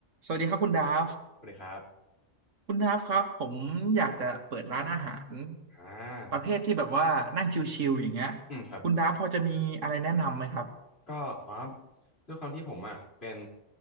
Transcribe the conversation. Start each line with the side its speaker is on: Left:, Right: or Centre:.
Right: สวัสดีครับคุณดาฟ
Left: สวัสดีครับ
Right: คุณดาฟครับผมอยากจะเปิดร้านอาหาร
Left: อ่า
Right: ประเภทที่แบบว่านั่งชิลๆอย่างเงี้ย
Left: อืมครับ
Right: คุณดาฟพอจะมีอะไรแนะนำไหมครับ
Left: ก็อ๋อด้วยความที่ผมอ่ะเป็น